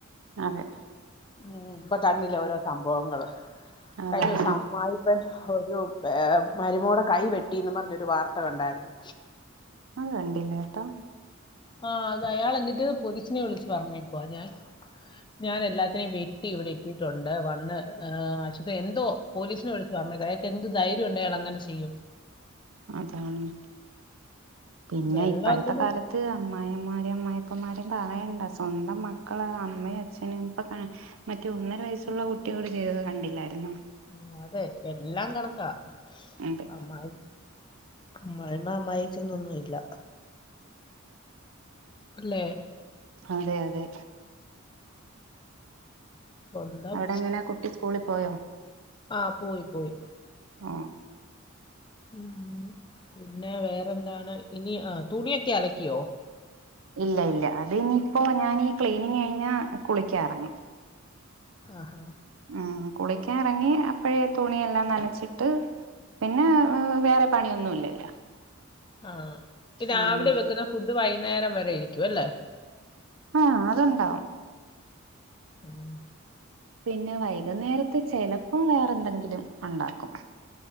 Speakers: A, on the right; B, on the left.
A: അതെ
B: ഉം ഇപ്പൊ കണില്ല ഓരോ സംഭവങ്ങള്
A: അതാണ്
B: കഴഞ്ഞോ സമ്മ <unintelligible> ഒരു ഏ മരുമോടെ കൈ വെട്ടിന്ന് പറഞ്ഞൊരു വാർത്ത കണ്ടായിരുന്നു
A: കണ്ടില്ലേ കേട്ടോ
B: ആ അത് അയാൾ എന്നിട്ട് പോതി സിനെ വിളിച്ച് പറഞ്ഞേക്കോ ഞാൻ ഞാൻ എല്ലാത്തിനെയും വെട്ടി ഇവിടെ എത്തിട്ടുണ്ട് വന്ന് അശുത് എന്തോ പോലീസിനെ വിളിച്ച് പറഞ്ഞേക്കോ അയാൾക്ക് എന്ത് ധൈര്യം ഉണ്ട് അയാൾ അങ്ങനെ ചെയ്യും
A: അതാണ് പിന്നെ
B: വെള്ളത്തിന്റെ
A: ഇപ്പോഴത്തെ കാലത്ത് അമ്മായിമ്മ മാർ... അമ്മയപ്പമാരും പറയണ്ട സ്വന്തം മക്കള് അമ്മയും അച്ഛനും ഇപ്പൊ മറ്റേ ഒന്നര വയസുള്ള കുട്ടിയോട് ചെയ്തത് കണ്ടില്ലായിരുന്നോ
B: ആ അതെ എല്ലാം കണക്ക... ക്ക
A: അതെ
B: അമ്മായി. അമ്മായിമ്മ അമ്മയ്യച്ഛൻ ന്നൊന്നും ഇല്ല ല്ലേ
A: അതെ അതെ..
B: സ്വന്തം.....
A: അവിടെ എങ്ങനെ കുട്ടി സ്കൂളിൽ പോയോ
B: ആ പോയി പോയി
A: ആ
B: ഉ പിന്നെ വേറെന്താണ് ഇനി ആ തുണിയൊക്കെ അലക്ക്...... ക്കിയോ
A: ഇല്ല ഇല്ല അത് ഇനിയിപ്പോ ഞാനീ ക്ലീനിങ് കഴിഞ്ഞ കുളിക്കാറങ്ങി
B: ആ ഹ
A: ഉം കുളിക്കാൻ ഇറങ്ങി അപ്പഴേ തുണിയെല്ലാം നനച്ചിട്ട് പിന്നെ വേറെ പണിയൊന്നുംല്ലല്ലോ
B: ആ രാവിലെ
A: ഉം
B: വെക്കുന്ന ഫുഡ് വൈ നേരം വരെ ഇരിക്കും അല്ലേ
A: ആഹ അതുണ്ടാവും
B: ഉം
A: പിന്നെ വൈകുന്നേരത്തെ ചെലപ്പം വേറെ എന്തെങ്കിലും ഉണ്ടാക്കും